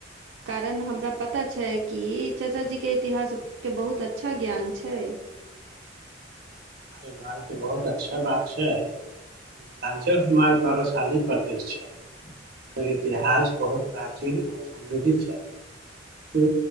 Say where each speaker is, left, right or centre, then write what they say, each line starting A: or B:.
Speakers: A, on the right; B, on the right.
A: कारण हमरा पता छैय कि चाचाजीके इतिहास के बहुत अच्छा ज्ञान छैय।
B: अरे वाह इ त बहुत अच्छा बात छैय। मिथिलाञ्चल हमर गौरवशाली प्रदेश छैय। एकर इतिहास बहुत प्राचीन और समृद्ध छैय। त